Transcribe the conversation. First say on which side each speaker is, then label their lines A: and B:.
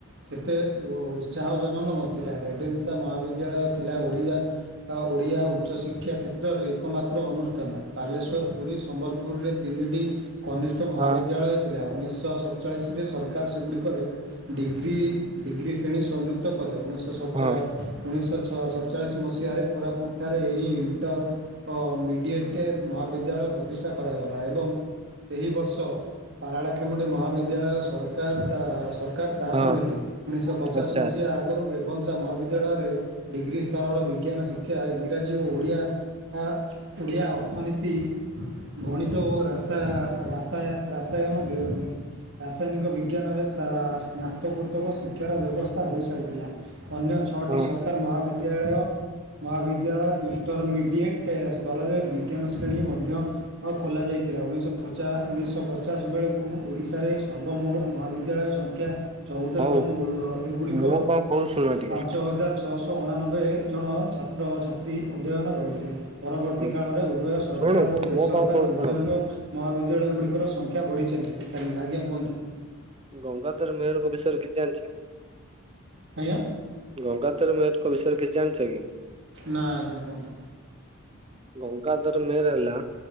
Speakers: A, on the right; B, on the right.
A: ସେତେ ଉତ୍ସାହଜନନ ନଥିଲା ରେଭେନ୍ସା ମହାବିଦ୍ୟାଳୟ ଥିଲା ଓଡି଼ଆ ତ ଓଡ଼ିଆ ଉଚ୍ଚ ଶିକ୍ଷ ଶିକ୍ଷା କ୍ଷେତ୍ରରେ ଏକମାତ୍ର ଅନୁଷ୍ଠାନ ବାଲେଶ୍ୱର ପୁରୀ ସମ୍ବଲପୁରରେ ତିନିଟି କନିଷ୍ଠ ମହାବିଦ୍ୟାଳୟ
B: ହଁ
A: ଥିଲା ଉଣେଇଶହ ଶଚ ସଚାଳିଶରେ ସରକାର ସେଗୁଡ଼ିକରେ ଡିଗ୍ରୀ ଡିଗ୍ରୀ ଶ୍ରେଣୀ ସଂଯୁକ୍ତ କଲେ ଉଣେଇଶହ। ସଚା
B: ହଁ
A: ଉଣେଇଶହଛ ସତଚାଳିଶ ମସିହାରେ କୋରାପୁଟ ଠାରେ ଏହି ଇଣ୍ଟର ମିଡ଼ିଏଟେ ମହାବିଦ୍ୟାଳୟ ପ୍ରତିଷ୍ଠା କରାଗଲା ଏବଂ ଏହି ବର୍ଷ ପାରାଳାଖେମୁଣ୍ଡି ମହାବିଦ୍ୟାଳୟ ସରକାର ତା ସ ତାହାକୁ
B: ହଁ
A: ନେଲେ ଉଣେଇଶହ ପଚାଶ
B: ଆଚ୍ଛା
A: ମସିହା
B: ଆଚ୍ଛା
A: ଆଗରୁ ରେବନ ଉଚ ମହାବିଦ୍ୟାଳୟରେ ଡିଗ୍ରୀ ସ୍ତରର ବିଜ୍ଞାନ ଶିକ୍ଷା ଇଂରାଜୀ ଓ ଓଡ଼ିଆ ଆ ଓଡ଼ିଆ ଅର୍ଥନୀତି ଗଣିତ ଓ ରାସା ରାସାୟ ରାସାୟନ ବ୍ୟୟ ବିିକ୍ ରାସାୟନିକ ବିଜ୍ଞାନରେ ସ୍ନାତକୋତ୍ତକ ଶିକ୍ଷାର ବ୍ୟବସ୍ଥା ହୋଇସାରିଥିଲା। ଅନ୍ୟ ଛଅଟି
B: ହଁ
A: ସରକାର ମହାବିଦ୍ୟାଳୟ ମହାବିଦ୍ୟାଳୟ ଇଣ୍ଟରମିଡ଼ିଏଟ୍ ସ୍ତରରେ ବିଜ୍ଞାନ ଶ୍ରେଣୀ ମଧ୍ୟ ଆଉ ଖୋଲା ଯାଇଥିଲା ଉଣେଇଶ କଚା ଉଣେଇଶହ ପଚାଶ ବେଳକୁ ଓଡ଼ିଶାରେ ସର୍ବମୋଟ ମହାବିଦ୍ୟାଳୟ ସଂଖ୍ୟା ଚଉଦ
B: ହଉ
A: ଏବଂ ଏଗୁଡ଼ିକ
B: ମୁଁ କଣ କହୁଛି ଶୁଣ ଟିକେ
A: ପାଞ୍ଚ ହଜାର ଛଅଶହ ଅଣାନବେ ଜଣ ଛାତ୍ରଛାତ୍ରୀ ଅଧ୍ୟୟନ କରିଥିଲେ। ପରବର୍ତ୍ତୀ
B: ହଉ
A: କାଳରେ ଉଭୟ ସରକାର
B: ଶୁଣୁ
A: ଓ ବେସରକାର
B: ମୁଁ କଣ କହୁଛି
A: ଉଦ୍ୟୋଗ
B: ଶୁଣ।
A: ମହାବିଦ୍ୟାଳୟ ଗୁଡ଼ର ସଂଖ୍ୟା ବଢ଼ି ଚାଲିିାଲିଲ। ଆଜ୍ଞା କୁହନ୍ତୁ
B: ଗଙ୍ଗାଧର ମେହରଙ୍କ ବିଷୟରେ କିଛି ଜଣିଚକି?
A: କଜ୍ଞା।
B: ଗଙ୍ଗାଧର ମେହେରଙ୍କ ବିଷୟରେ କିଛି ଜାଣିଛ କି?
A: ନା ଆଜ୍ଞା କୁହନ୍ତୁ।
B: ଗଙ୍ଗାଧର ମେହେର ହେଲା